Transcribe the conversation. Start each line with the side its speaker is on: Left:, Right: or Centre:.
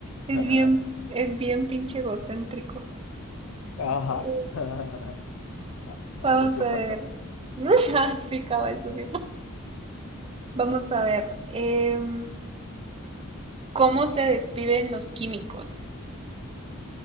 Right: Es
Left: <laughs>
Right: bien, es bien pinche egocéntrico.
Left: Ajá.
Right: Eh,
Left: <laughs>
Right: Vamos
Left: Ah, Sociópata.
Right: a ver. <laughs> Ah, sí, cabal, eso sí. Vamos a ver. em, ¿cómo se despiden los químicos?